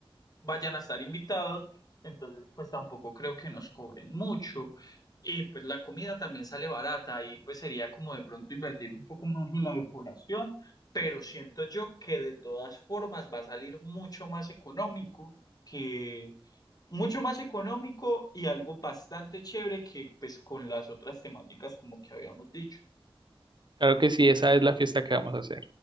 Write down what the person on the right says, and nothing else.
Claro que sí, esa es la fiesta que vamos a hacer.